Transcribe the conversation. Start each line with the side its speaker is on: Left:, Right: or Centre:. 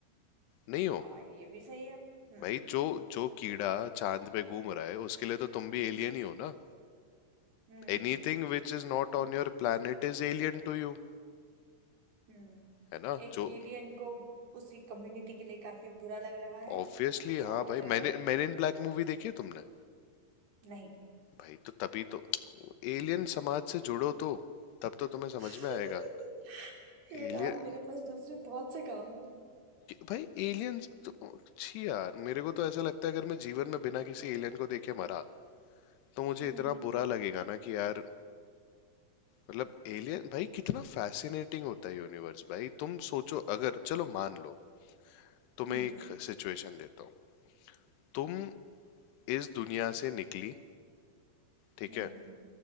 Left: नहीं हो
Right: हाँ ये भी सही है हम्म
Left: भाई जो जो कीड़ा चांद पे घूम रहा है उसके लिए तो तुम भी एलियन ही हो ना
Right: हम्म
Left: Anything which is not on your planet is alien to you
Right: हम्म
Left: है ना
Right: एक
Left: जो
Right: एलियन को उसकी कम्युनिटी के लिए काफी बुरा लग रहा है
Left: ऑब्वियसली
Right: और
Left: हाँ भाई
Right: अ,
Left: मैंने मैन इन ब्लैक मूवी देखी है तुमने
Right: नहीं
Left: भाई तो तभी तो एलियन समाज से जुड़ो तो तब तो तुम्हें
Right: <laughs>
Left: समझ में आएगा
Right: हे
Left: एलियन
Right: राम मेरे पास दूसरे बहुत से काम है
Left: भाई एलियंस तो छी यार मेरे को तो ऐसा लगता है अगर मैं जीवन में बिना किसी एलियन को देखे मरा तो मुझे
Right: हम्म
Left: इतना बुरा लगेगा ना कि यार मतलब एलियन भाई कितना फैसिनेटिंग होता है यूनिवर्स भाई तुम सोचो अगर चलो मान लो तुम्हें
Right: हम्म
Left: एक सिचुएशन देता हूँ तुम इस दुनिया से निकली ठीक
Right: हम्म
Left: है